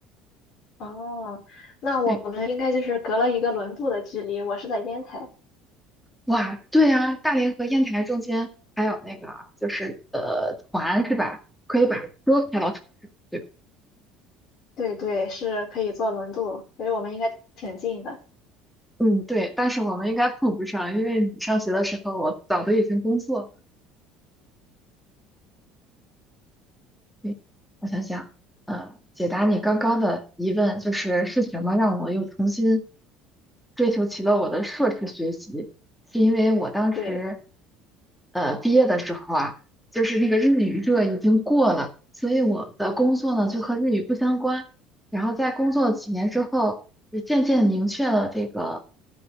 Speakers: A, on the left; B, in the centre.
A: 哦，那我们应该就是隔了一个轮渡的距离，
B: 对，
A: 我是在烟台，
B: 哇，对啊，大连和烟台中间还有那个就是呃团是吧？可以把车开到船上，对吧？
A: 对对，是可以坐轮渡，所以我们应该挺近的。
B: 嗯，对，但是我们应该碰不上，因为你上学的时候我早都已经工作了。对，我想想，呃，解答你刚刚的疑问，就是是什么让我又重新追求起了我的硕士学习？是因为我当时，
A: 对，
B: 呃，毕业的时候啊，就是那个日语热已经过了，所以我的工作呢就和日语不相关。然后在工作几年之后，就渐渐明确了这个